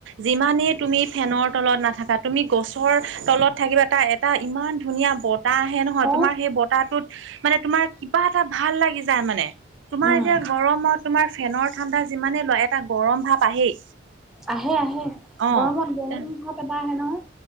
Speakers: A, on the right; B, in the centre.
A: যিমানেই তুমি ফেনৰ তলত নাথাকা তুমি গছৰ তলত থাকিবা এটা এটা ইমান ধুনীয়া বতাহ আহে। নহয়
B: হও।
A: তোমাৰ সেই বতাহটোত মানে তোমাৰ কিবা এটা ভাল লাগি যায় মানে, তোমাৰ
B: উম
A: এতিয়া গৰমত তোমাৰ ফেনৰ ঠাণ্ডা যিমানে লয় এটা গৰম ভাৱ আহেই।
B: আহে আহে,
A: অ
B: গৰমত গৰম ভাব এটা আহে নহয়।